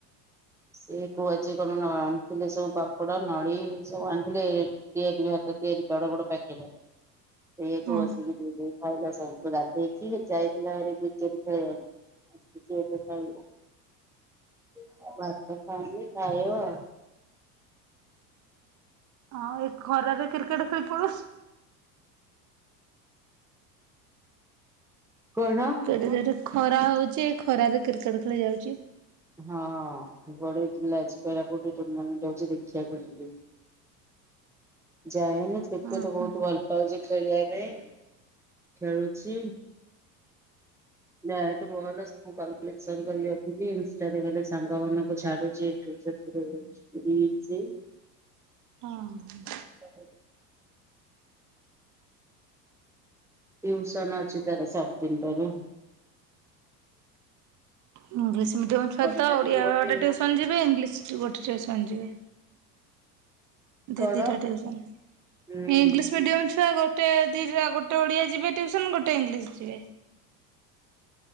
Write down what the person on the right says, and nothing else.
ହଁ।
ହଁ ଏ ଖରାରେ କ୍ରିକେଟ ଖେଳି ପଡୁଛି।
ଯଠି ଖରା ହଉଛି ଖରାରେ କ୍ରିକେଟ ଖେଳି ଯାଉଛି।
ହଁ
ହଁ
ହଁ।
ଇଂଲିଶ ମିଡ଼ିୟମ୍ ଛୁଆ
ତ ଓଡ଼ିଆ
ଟେ ଟୀୟୁସନ୍ ଯିବେ ଇଂଲିଶ ଗୋଟେ ଟିଉସନ୍ ଯିବେ। ଦିଦିଟାସ
ଟିଉ ସ ନ୍
ଇଂଲିଶ ମିଡିୟମ ଛୁଆ ଗୋ ଗୋଟେ ଦିଇଟା ଗୋଟେ ଓଡିଆ ଯିବେ ଟ୍ୟୁସନ ଗୋଟେ ଇଂଲିଶ ଯିବେ।